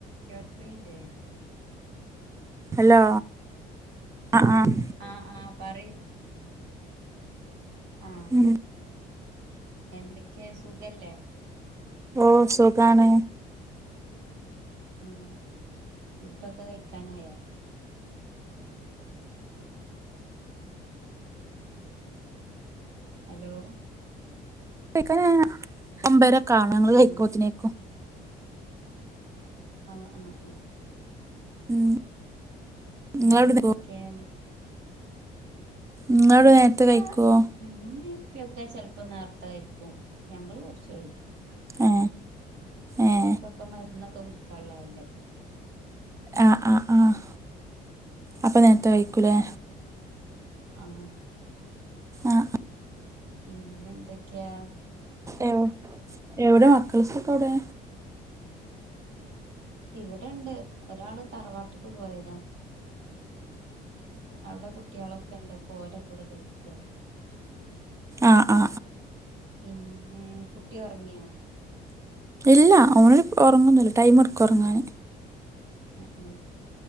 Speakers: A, on the right; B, on the right.
A: കേൾക്ക്‌ണില്ലേ
B: ഹലോ ആഹ് ആഹ്
A: ആഹ് ആഹ് പറയ് ആഹ്
B: ഉം
A: എന്തെക്കെ സുഖല്ലേ
B: ഓഹ് സുഖാണ്
A: ആഹ് ഫുഡൊക്കെ കയ്ക്കാനായോ ഹലോ
B: കൈക്കാനായ ഒമ്പതരെക്കാവണം ഞങ്ങള് കഴിക്കുമ്പോത്തിനെയ്
A: ആഹ് ആഹ് ആഹ് ആഹ്
B: ഉം
A: പിന്നെന്തെക്കേം
B: നിങ്ങളവിടെ നിങ്ങളവിടെ
A: നേർത്തേ
B: നേരത്തെ കഴിക്കുവോ
A: ഇമ്മീപ്പൊക്കെ ചെലപ്പോ നേർത്തെ കഴിക്കും ഞങ്ങള് കൊർച്ച് വൈകും
B: ഏ ഏ
A: ഓൽക്കൊക്കെ മര്ന്നൊക്കെ കുടിക്കാള്ളതല്ലേ
B: ആഹ് ആഹ് ആ ഹ് അപ്പ നേര്ത്തെ
A: അങ്ങനെ
B: കഴിക്കൂലേ
A: ആഹ്
B: ആഹ്
A: പിന്നെന്തെക്കെയാ
B: എവ് എവ്ടെ മക്കൾസൊക്കെവ്ടെ
A: ഇവടെണ്ട് ഒരാള് തറവാട്ട്ക്ക് പോയതാ അവടെ കുട്ട്യാളൊക്കെണ്ട്പ്പോ ഓലെ കൂടെ കളിക്കാ
B: ആഹ്
A: പിന്നെ കുട്ടി ഉറങ്ങിയോ?
B: ഇല്ല ഒനോ ഉറങ്ങന്നുല്ല ടൈം എടുകും റങ്ങാൻ.
A: അ അ